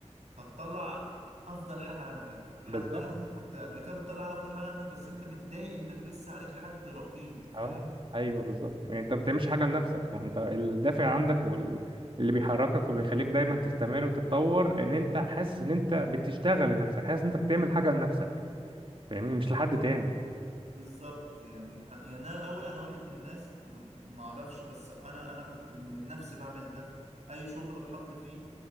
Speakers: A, on the right (about 75°); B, on the right (about 50°).
A: هتطلع أفضل حاجة عندك حتى
B: بالظبط
A: لو أنت كنت قبل كده بتطلع أفضل حاجة عندك بس أنت متضايق إنك لسه عليك حد رقيب فاهم
B: اه ايوه بالظبط يعني انت ما بتعملش حاجه لنفسك هو انت الدافع عندك واللي بيحركك وبيخليك دايما تستمر وتتطور ان انت حاسس ان انت بتشتغل لنفسك حاسس ان انت بتعمل حاجه لنفسك فاهمني مش لحد تاني
A: بالظبط يعني يعني انا الاول انا واحد من الناس م- ما اعرفش بس انا انا كنت من نفسي بعمل ده اي شغل بتحط فيه